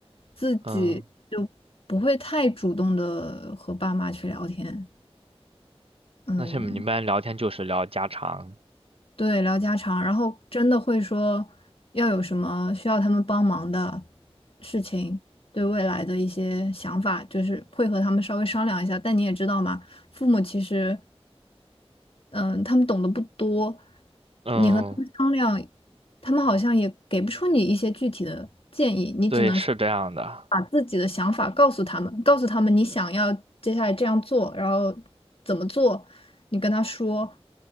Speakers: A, on the left (about 65°); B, on the right (about 65°).
A: 自己就不会太主动的和爸妈去聊天。
B: 嗯，
A: 嗯，
B: 那像你们一般聊天就是聊家常。
A: 对，聊家常，然后真的会说要有什么需要他们帮忙的事情，对未来的一些想法，就是会和他们稍微商量一下。但你也知道嘛，父母其实嗯，他们懂得不多，
B: 嗯，
A: 你和他们商量，他们好像也给不出你一些具体的建议，你只能说
B: 对，是这样的。
A: 把自己的想法告诉他们，告诉他们你想要接下来这样做，然后怎么做，你跟他说，